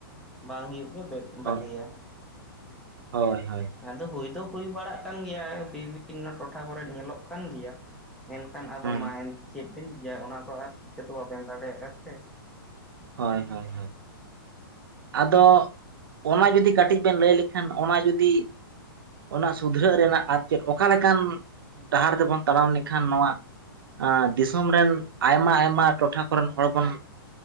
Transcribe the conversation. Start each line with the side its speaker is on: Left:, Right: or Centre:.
Centre: ᱵᱟᱝ ᱦᱩᱭᱩᱜ ᱜᱮ ᱵᱮ
Right: ᱦᱳᱭ
Centre: ᱵᱷᱟᱹᱜᱤᱭᱟ
Right: ᱦᱳᱭ ᱦᱳᱭ
Centre: ᱟᱫᱚ ᱦᱩᱭ ᱫᱚ ᱦᱩᱭ ᱵᱟᱲᱟᱜ ᱠᱟᱱ ᱜᱮᱭᱟ ᱵᱤᱵᱷᱤᱱᱚ ᱴᱚᱴᱷᱟ ᱠᱚᱨᱮ ᱧᱮᱞᱚᱜ ᱠᱟᱱ ᱜᱮᱭᱟ ᱢᱮᱱᱠᱷᱟᱱ ᱟᱫᱚ
Right: ᱦᱩᱸ
Centre: ᱢᱟ ᱪᱮᱫ ᱵᱮᱱ ᱤᱭᱟ ᱚᱱᱟ ᱫᱚ ᱟᱨ ᱪᱤᱠᱟᱹᱛᱮ ᱵᱟᱵᱮᱱ ᱫᱟᱲᱮᱭᱟᱜᱼᱟ ᱥᱮ
Right: ᱦᱳᱭ ᱦᱳᱭ ᱟᱫᱚ ᱚᱱᱟ ᱡᱩᱫᱤ ᱠᱟᱹᱴᱤᱡ ᱵᱮᱱ ᱞᱟᱹᱭ ᱞᱮᱠᱷᱟᱱ ᱚᱱᱟ ᱡᱩᱫᱤ ᱚᱱᱟ ᱥᱩᱫᱷᱨᱟᱹᱜᱱ ᱨᱮᱱᱟᱜ ᱟᱨ ᱪᱮᱫ ᱚᱠᱟ ᱞᱮᱠᱟᱱ ᱰᱟᱦᱟᱨ ᱛᱮᱵᱚᱱ ᱛᱟᱲᱟᱢ ᱞᱮᱠᱷᱟᱱ ᱱᱚᱣᱟ ᱫᱤᱥᱚᱢ ᱨᱮᱱ ᱟᱭᱢᱟ ᱟᱭᱢᱟ ᱴᱚᱴᱷᱟ ᱠᱚᱨᱮᱱ ᱦᱚᱲ ᱵᱚᱱ